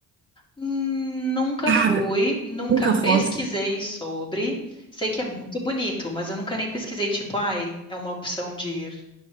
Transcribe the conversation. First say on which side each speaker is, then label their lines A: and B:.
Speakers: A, on the left; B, on the right.
A: Hum, Nunca
B: Cara,
A: fui, nunca
B: nunca
A: pesquisei
B: fomos.
A: sobre. Sei que é muito bonito, mas eu nunca nem pesquisei, tipo, ai, é uma opção de ir.